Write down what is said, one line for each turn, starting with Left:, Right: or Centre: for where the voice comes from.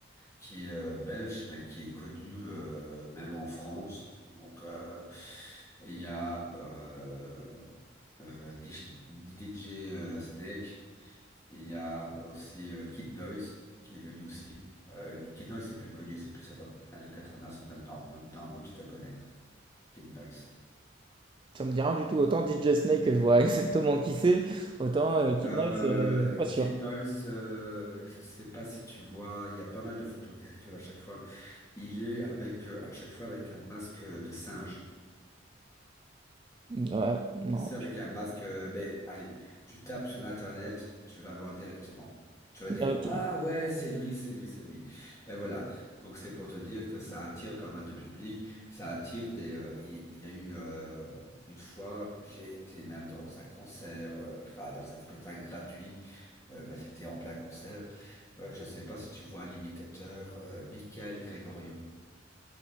Left: qui est euh, belge, mais qui est connu euh, même en France. Donc, euh, il y a euh, euh, Dish- DJ euh, Snake, il y a aussi euh, Kid Noise, qui est venu aussi. Euh, Kid Noise, c'est plus connu, c'est plus inter- un truc international. Norm- Normalement, tu dois connaître Kid Noise.
Right: Ça me dit rien du tout. Autant DJ Snake que je vois <laughs> exactement qui c'est, autant euh, Kid
Left: Euh,
Right: Nice, euh, pas sûr.
Left: Kid Noise, euh, je sais pas si tu vois, il y a pas mal de photos qui circulent à chaque fois. Il est avec euh, à chaque fois avec un masque de singe.
Right: Ouais, non.
Left: C'est avec un masque, euh, mais allez, tu tapes sur Internet, tu vas voir directement. Tu vas dire,
Right: Ok.
Left: ah ouais, c'est lui, c'est lui, c'est lui. Ben voilà. Donc c'est pour te dire que ça attire pas mal de public. Ça attire des. euh, Il il y, a eu euh, une fois, j'ai été même dans un concert, euh, enfin dans un spectacle gratuit. Euh, ben, c'était en plein concert. Euh, je sais pas si tu vois l'imitateur euh, Michael Gregorio.